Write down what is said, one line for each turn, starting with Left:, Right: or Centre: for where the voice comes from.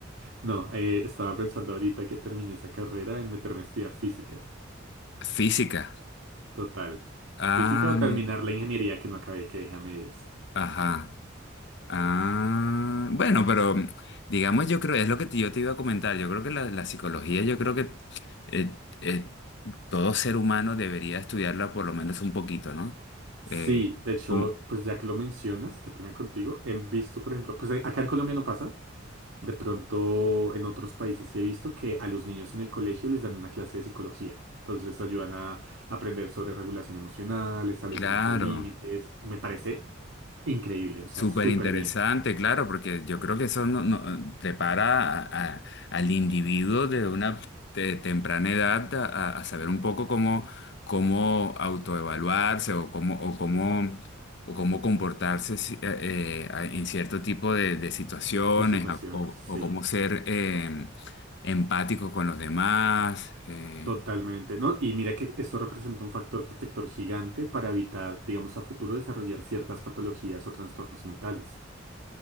Right: No, eh, estaba pensando ahorita que terminé esa carrera en meterme a estudiar física.
Left: física.
Right: Total.
Left: Ah,
Right: Física o terminar
Left: Ajá.
Right: la ingeniería que no acabé, que dejé a medias.
Left: ajá. Ah, bueno, pero mm, digamos, yo creo, es lo que te- yo te iba a comentar. Yo creo que la, la psicología, yo creo que eh, eh, todo ser humano debería estudiarla por lo menos un poquito, ¿no?
Right: Sí,
Left: Eh,
Right: de hecho,
Left: como,
Right: pues ya que lo mencionas, qué pena contigo, he visto, por ejemplo, pues eh, acá en Colombia no pasa, de pronto en otros países sí he visto que a los niños en el colegio les dan una clase de psicología, entonces les ayudan a aprender sobre regulación emocional, establecimiento
Left: claro.
Right: de límites, me parece increíble, o sea,
Left: Súper
Right: súper
Left: interesante,
Right: bien
Left: claro, porque yo creo que eso no, no- prepara a- a- al individuo de una te- temprana edad a, a- a saber un poco cómo, cómo autoevaluarse o cómo, o cómo, o cómo comportarse si- eh, eh, a- en cierto tipo de, de situaciones
Right: de situaciones,
Left: a- o,
Right: sí,
Left: o cómo ser eh, empático con los demás. eh,
Right: totalmente, ¿no? Y mira que esto representa un factor protector gigante para evitar, digamos, a futuro desarrollar ciertas patologías o trastornos mentales.